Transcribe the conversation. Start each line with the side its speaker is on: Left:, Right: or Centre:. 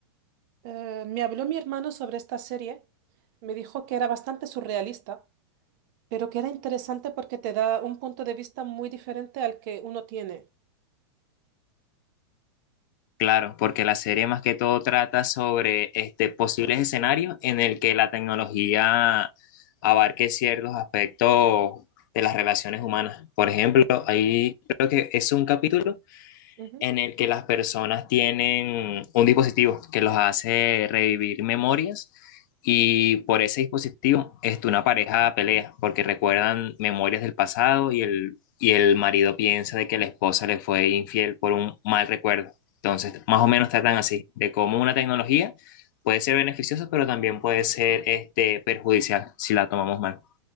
Right: Eh, me habló mi hermano sobre esta serie, me dijo que era bastante surrealista, pero que era interesante porque te da un punto de vista muy diferente al que uno tiene.
Left: Claro, porque la serie más que todo trata sobre este, posibles escenarios en el que la tecnología abarque ciertos aspectos de las relaciones humanas. Por ejemplo, ahí creo que es un capítulo
Right: Ujú.
Left: en el que las personas tienen un dispositivo que los hace revivir memorias y por ese dispositivo este, una pareja pelea porque recuerdan memorias del pasado y el, y el marido piensa de que la esposa le fue infiel por un mal recuerdo. Entonces, más o menos tratan así, de cómo una tecnología puede ser beneficiosa, pero también puede ser este, perjudicial si la tomamos mal.